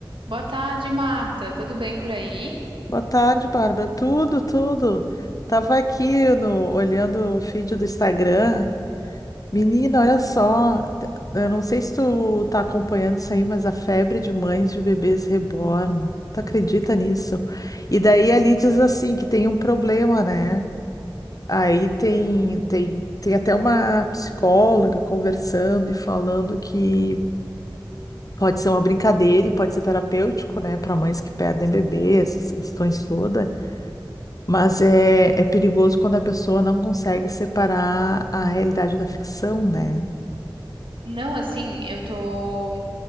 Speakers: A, on the right; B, on the left.
A: Boa tarde, Marta. Tudo bem por aí?
B: Boa tarde, Bárbara. Tudo, tudo. Tava aqui no, olhando o feed do Instagram. Menina, olha só. t- Eu não sei se tu tá acompanhando isso aí, mas a febre de mães de bebês reborn. Tu acredita nisso? E daí ali diz assim que tem um problema, né? Aí tem, tem, tem até uma psicóloga conversando e falando que pode ser uma brincadeira e pode ser terapêutico, né, para mães que perdem bebê, essas questões todas. Mas é, é perigoso quando a pessoa não consegue separar a realidade da ficção, né?
A: Não, assim, eu tô.